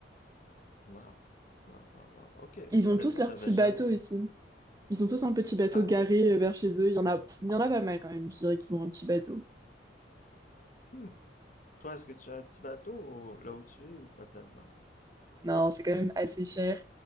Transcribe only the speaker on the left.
Wow. Wow, wow, wow. OK.
Honnêtement,
j'avais
jamais.
Ah,
hmm. Toi, est-ce que tu as un petit bateau là où tu es ou pas tellement?